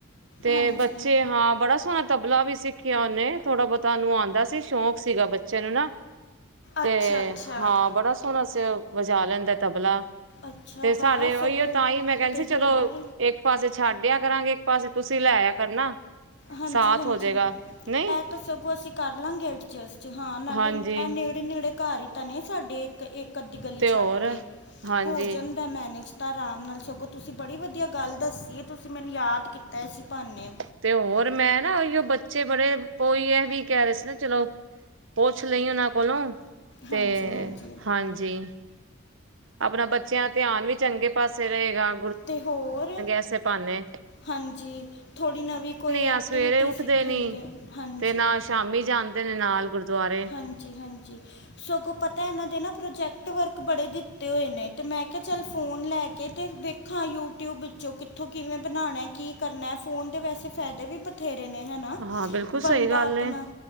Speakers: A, on the right; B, on the left.
A: ਤੇ
B: ਹਾਂਜੀ
A: ਬੱਚੇ ਹਾਂ ਬੜਾ ਸਾਨ ਤਬਲਾ ਵੀ ਸਿੱਖਿਆ ਉਹਨੇ, ਥੋੜਾ-ਬਹੁਤਾ ਉਹਨੂੰ ਆਉਂਦਾ ਸੀ। ਸ਼ੌਂਕ ਸੀਗਾ ਬੱਚੇ ਨੂੰ, ਨਾ ਤੇ
B: ਅੱਛਾ ਅੱਛਾ
A: ਹਾਂ, ਬੜਾ ਸੋਹਣਾ ਸ ਵਜਾ ਲੈਂਦਾ ਤਬਲਾ।
B: ਅੱਛਾ
A: ਤੇ ਸਾਡੇ
B: ਵਾਹ
A: ਉਹੀਓ,
B: ਸਗੋਂ
A: ਤਾਂਹੀ ਮੈਂ ਕਹਿੰਦੀ
B: ਅਤੇ
A: ਸੀ, ਚਲੋ
B: ਹੋਰ
A: ਇੱਕ ਇੱਕ ਪਾਸੇ ਛੱਡਿਆ ਕਰਾਂਗੇ, ਇੱਕ ਪਾਸੇ ਤੁਸੀਂ ਲਿਆ ਕਰਨਾ,
B: ਹਾਂਜੀ
A: ਸਾਥ
B: ਹਾਂਜੀ
A: ਹੋਜੇਗਾ ਨਹੀਂ?
B: ਇਹ ਸਗੋਂ ਅਸੀਂ ਕਰ ਲਾਗੇ ਐਡਜਸਟ, ਹਾਂ ਨਾਲੇ
A: ਹਾਂਜੀ
B: ਇਹ ਨੇੜੇ-ਨੇੜੇ ਘਰ ਹੀ। ਤਾਂ ਨੇ ਸਾਡੇ ਇੱਕ ਏਕ ਅੱਧੀ ਗਲੀ
A: ਤੇ
B: ਛੱਡ
A: ਹੋਰ
B: ਕੇ
A: ਹਾਂਜੀ
B: ਹੋ ਜਾਦਾ ਮੈਨੇਜ, ਤਾਂ ਆਰਾਮ ਨਾਲ ਸਗੋਂ। ਤੁਸੀਂ ਬੜੀ ਵਧੀਆ ਗੱਲ ਦੱਸੀ, ਤੁਸੀਂ ਮੈਨੂੰ ਯਾਦ ਕੀਤਾ ਇਸੇ ਭਾਨੇ।
A: ਤੇ ਹੋਰ ਮੈਂ ਨਾ ੳਇੳ ਬੱਚੇ ਬੜੇ ਹੋ ਇਹ ਵੀ ਕਹਿ ਰਹੇ ਸੀ ਨਾ ਚਲੋ ਪੁੱਛ ਲਈ ਉਹਨਾਂ ਕੋਲੋਂ, ਤੇ
B: ਹਾਂਜੀ ਹਾਂਜੀ
A: ਹਾਂਜੀ। ਆਪਣਾ ਬੱਚੇ ਦਾ ਧਿਆਨ ਵੀ ਚੰਗੇ ਪਾਸੇ ਰਹੇਗਾ।
B: ਤੇ ਹੋਰ।
A: ਇਸੇ ਭਾਨੇ।
B: ਹਾਂਜੀ। ਥੋੜੀ ਨਵੀਂ ਕੋਈ ਐਕਟੀਵਿਟੀ
A: ਆ ਸਵੇਰੇ ਉੱਠਦੇ
B: ਸਿੱਖਣਗੇ
A: ਨੀ
B: ਹਾਂਜੀ
A: ਤੇ ਨਾ
B: ਹਨ।
A: ਸ਼ਾਮੀ ਜਾਂਦੇ ਨੇ ਨਾਲ ਗੁਰਦੁਆਰੇ
B: ਹਾਂਜੀ ਹਾਂਜੀ। ਸਗੋਂ ਪਤਾ ਇਹਨਾਂ ਦੇ ਨਾ ਪ੍ਰੋਜੈਕਟ ਵਰਕ ਬੜੇ ਦਿੱਤੇ ਹੋਏ ਨੇ, ਤੇ ਮੈਂ ਕਿਹਾ, ਚੱਲ ਫੋਨ ਲੈ ਕੇ ਤੇ ਵੇਖਾ ਯੂਟਿਊਬ ਵਿੱਚੋਂ। ਕਿੱਥੋਂ ਕਿਵੇਂ ਬਣਾਉਣਾ ਕੀ ਕਰਨਾ? ਫੋਨ ਦੇ ਵੈਸੇ ਫਾਇਦੇ ਵੀ ਬਥੇਰੇ ਨੇ ਹੇਨਾ
A: ਹਾਂ ਬਿਲਕੁਲ
B: ਬੰਦਾ
A: ਸਹੀ ਗੱਲ
B: ਆਪਣਾ
A: ਏ